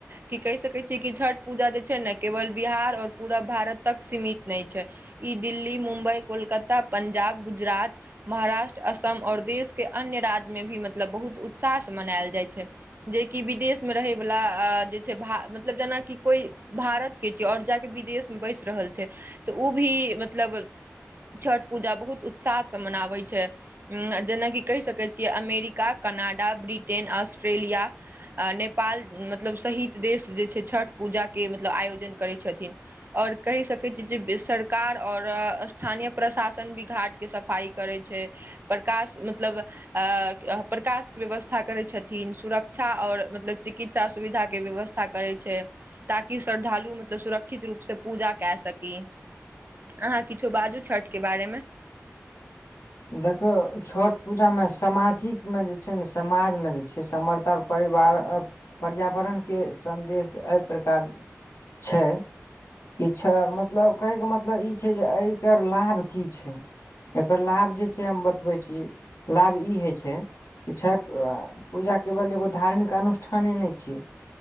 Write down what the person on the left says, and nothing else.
देखियौ छठ पूजामे समाजिकमे जे छै ने समाजमे जे छै समर्थ आओर परिवार पर्यावरणके संन्देश एहि प्रकार छै किछ मतलब कहैके मतलब ई छै जे एकर लाभ की छै एकर लाभ जे छै हम बतबै छी लाभ ई होइ छै ई छठ पूजा केवल एगो धार्मिक अनुष्ठाने ने छै